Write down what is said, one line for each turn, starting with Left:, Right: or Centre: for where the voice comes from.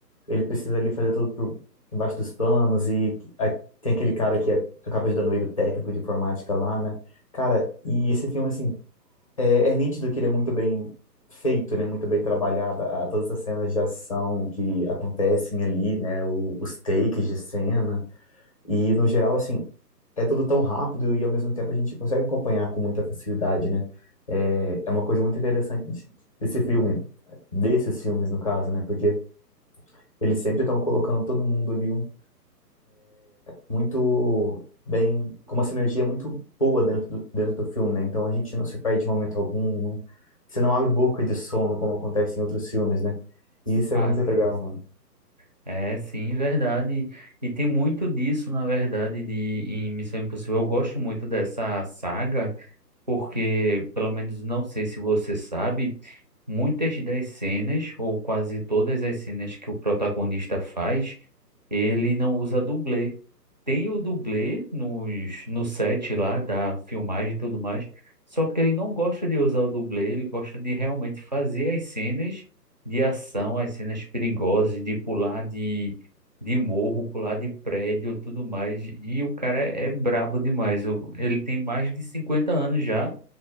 Left: ele precisa ali fazer tudo por embaixo dos panos e a- tem aquele cara que é- acaba ajudando ele, o técnico de informática lá, né? Cara, e esse filme assim, é, é nítido que ele é muito bem feito, né? Muito bem trabalhado, a, todas as cenas de ação que acontecem ali, né? O, os takes de cena. E no geral, assim, é tudo tão rápido e ao mesmo tempo a gente consegue acompanhar com muita facilidade, né? É, é uma coisa muito interessante de- desse filme, desses filmes no caso, né? Porque eles sempre estão colocando todo mundo ali um, muito bem, com uma sinergia muito boa dentro do, dentro do filme, né? Então a gente não se perde de momento algum, não, você não abre boca de sono como acontece em outros filmes, né? E isso é
Right: Ah,
Left: muito legal,
Right: sim.
Left: mano.
Right: É, sim, verdade. E tem muito disso, na verdade, de em Missão Impossível. Eu gosto muito dessa saga, porque, pelo menos, não sei se você sabe. Muitas das cenas, ou quase todas as cenas que o protagonista faz, ele não usa dublê. Tem o dublê nos, no set lá da filmagem e tudo mais, só que ele não gosta de usar o dublê, ele gosta de realmente fazer as cenas de ação, as cenas perigosas, de pular de, de morro, pular de prédio, tudo mais. E o cara é, é brabo demais. O- Ele tem mais de 50 anos já